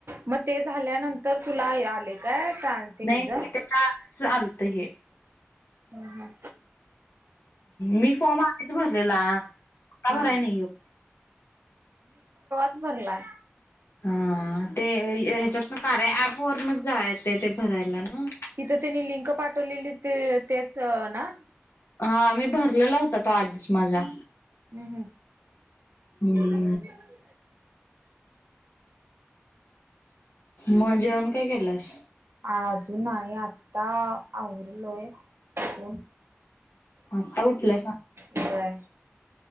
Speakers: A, on the right; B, on the left.
A: म ते झाल्यानंतर तुला हे आले काय? ट्रां ते
B: नाही
A: हेज
B: त्याच्या चालत हे
A: हूं हूं
B: मी फॉर्म आधिच भरलेला. आता
A: हा
B: भराय नाय यो
A: बरलाय.
B: हा ते ह्याच्यात ना कारया ऍप वरनच जाय ते ते भरायला ना.
A: तिथं त्यांनी लिंक पाठवलेली ते तेच ना
B: हा मी भरलेला होता, तो आधीच माझा.
A: हूं हूं!
B: हम्म
A: <inaudible>
B: म जेवण काय केलंस.
A: आजून आहे आता आवरलोय आपुण <unintelligible>
B: आता उठलायसां
A: व्हयं!